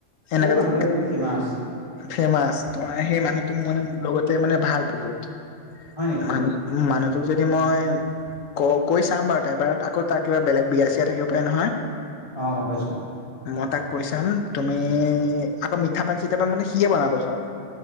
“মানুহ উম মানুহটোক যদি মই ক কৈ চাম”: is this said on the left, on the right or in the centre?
Left